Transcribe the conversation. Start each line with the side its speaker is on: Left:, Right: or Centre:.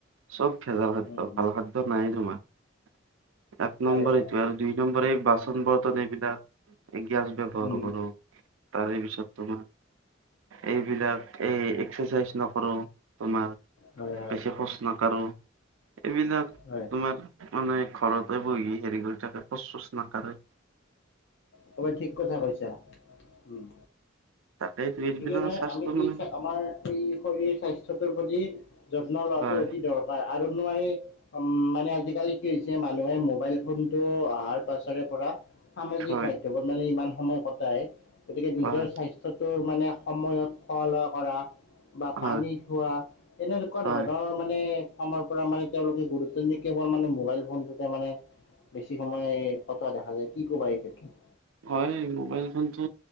Right: চব ভেজাল খাদ্য
Left: উম,
Right: ভাল খাদ্য নাইয়েই তোমাৰ এক
Left: হয়
Right: নম্বৰ
Left: হয়
Right: এইটো আৰু দুই নম্বৰী এই বাচন বৰ্তন এই বিলা এই গেছ ব্যৱহাৰ
Left: উম,
Right: কৰো। তাৰেই পিছত তোমাৰ এইবিলাক এই এক্সাৰচাইজ নকৰো তোমাৰ।
Left: হয় হয়
Right: বেছি খোজ নাকাৰো এইবিলাক
Left: হয়।
Right: তোমাৰ মানুহে ঘৰতে বহি হেৰি কৰি থাকে খোজ চোজ নাকাৰে
Left: একেবাৰে ঠিক কথা কৈছা উম
Right: তাকেইটো
Left: গতিকে
Right: এইবিলাক
Left: মই
Right: স্বাস্থ্য
Left: আমি কি
Right: মানে
Left: চা আমাৰ এই শৰীৰ স্বাস্থ্যটোৰ প্ৰতি যত্ন লোৱাটো
Right: হয়
Left: অতি দৰকাৰ আৰু নোৱাৰি উম মানে আজিকালি কি হৈছে মানুহে মোবাইল ফোন ত আহাৰ পাছৰে পৰা সামাজিক
Right: হয়
Left: মাধ্যমত মানে ইমান সময় কটায়। গতিকে নিজৰ
Right: হয়
Left: স্বাস্থ্যটোৰ মানে সময়ত খোৱা-লোৱা কৰা বা
Right: হয়
Left: পানী খোৱা এনেকুৱা
Right: হয়
Left: ধৰণৰ মানে কামৰ পৰা মানে তেওঁলোকে গুৰুত্ব নিদে কেৱল মোবাইল ফোনটোতে মানে বেছি সময় কটোৱা দেখা যায়। কি কবা এই ক্ষেত্ৰত।
Right: হয় মোবাইল ফোনটো